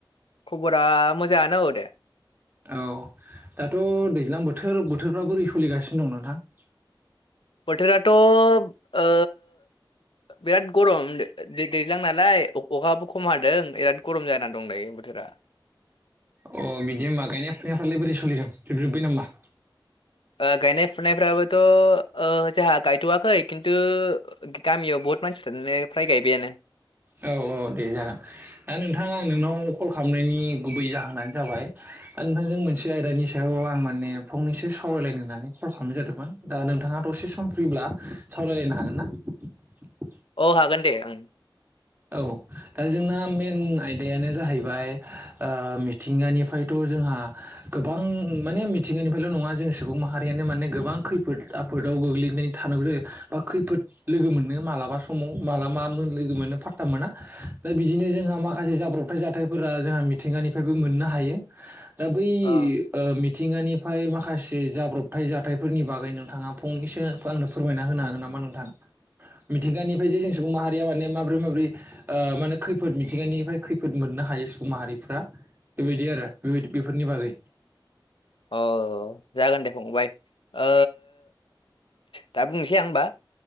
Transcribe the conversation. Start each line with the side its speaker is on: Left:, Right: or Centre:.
Left: खबरा मोजाङानो औ दे।
Right: औ दाथ' दैज्लां बोथोर बोथोरफ्रा बोरै सोलिगासिनो दं नोंथां?
Left: बोथोराथ' ओ बिराद गरम दैज्लां नालाय अखाबो खम हादों बिराद गरम जाना दायो बोथोरा।
Right: अ बिदि होनबा गायनाय फुनायफ्रालाय बोरै सोलिदों जोबजोब्बाय नामा?
Left: ओ गायनाय फुनायफ्रा बोथ' ओ जोंहा गायथवाखै। खिन्थु गामियाव बहुत मानसिफ्रानो फ्राय गायबायानो
Right: औ औ दे जागोन दा नोंथां आ नोंनाव कल खालामनायनि गुबै जाहोनानो जाबाय आरो नोंथांजों मोनसे आयदानि सायाव आं माने फंनैसो सों सावरायलायनो होननानै कल खालामनाय जादोंमोन दा नोंथांङा दसे सम फ्रिब्ला सावरायलायनो हागोन ना? <unintelligible>
Left: औ हागोन दे ओं
Right: औ दा जोंना मेन आयदायानो जाहैबाय ओ मिथिंगानिफ्रायथ' जों हा गोबां माने मिथिंगानिफ्रायल नङा जों सुबुं माहारियानो माने गोबां खैफोद आफोदाव गोग्लैनानै थानांगौ जायो बा खैफोद लोगो मोनो मालाबा समाव माला मा मोन लोगो मोनो फाद मोना दा बिदिनो जोंहा माखासे जाब्रबथाय जाथायफोरा जोंहा मिथिंगानिफ्रायबो मोननो हायो दा बै
Left: अ
Right: ओ मिद मिथिंगानिफ्राय माखासे जाब्रबथाय जाथायफोरनि बागै नोंथाङा फंनैसो आंनो फोरमायना होनो हागोन नामा नोंथां मिथिंगानिफ्राय जे जों सुबुं माहारिया माने माब्रै माब्रै ओ माने खैफोद मिथिंगानिफ्राय खैफोद मोननो हायो सुबुं माहारिफोरा बेबायदि आरो बेबायदि बेफोरनि बागै
Left: औ जागोन दे फंबाय ओ दा बुंनोसै आं होबा